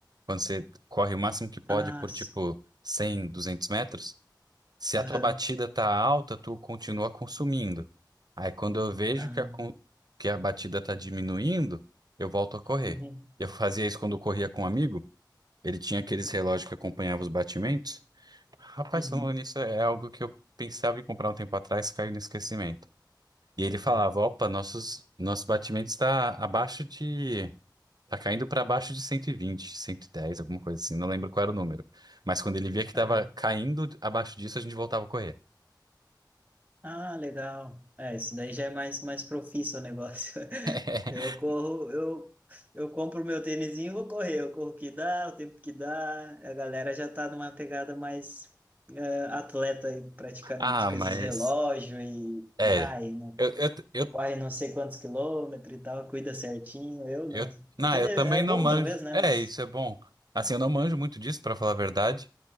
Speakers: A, on the right (about 60°); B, on the right (about 20°).
A: quando você corre o máximo que pode
B: Ah,
A: por
B: s-
A: tipo 100, 200 metros. Se a
B: aham,
A: tua batida tá alta, tu continua consumindo. Aí quando eu vejo
B: ah,
A: que a, con- que a batida tá diminuindo, eu volto a correr.
B: uhum,
A: Eu fazia isso quando eu corria com um amigo, ele tinha aqueles relógios que acompanhavam os batimentos. Rapaz,
B: uhum,
A: falando nisso, é algo que eu pensava em comprar um tempo atrás, caiu no esquecimento. E ele falava,
B: uhum,
A: opa, nossos, nosso batimento está abaixo de... Tá caindo para baixo de 120, 110, alguma coisa assim, não lembro qual era o número. Mas quando ele via que estava
B: aham.
A: caindo abaixo disso, a gente voltava a correr.
B: Ah, legal. É, isso daí já é mais, mais profício o negócio. <laughs>
A: <laughs>
B: Eu corro, eu, eu compro meu tênisinho e vou correr. Eu corro o que dá, o tempo que dá. A galera já tá numa pegada mais eh, atleta aí, praticamente,
A: Ah,
B: com
A: mas
B: esses relógios e,
A: é.
B: e, ai, não,
A: Eu, eu, eu,
B: corre não sei quantos quilômetros e tal, cuida certinho. Eu não.
A: eu, não,
B: Até
A: eu
B: de- é
A: também não
B: bom,
A: manjo.
B: talvez, né?
A: É,
B: Mas.
A: isso é bom. Assim, eu não manjo muito disso, pra falar a verdade,